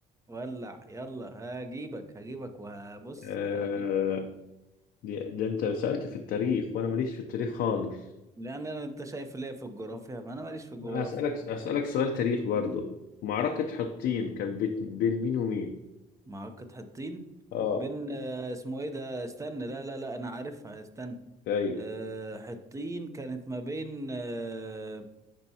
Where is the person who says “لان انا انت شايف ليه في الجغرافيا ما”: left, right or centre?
Right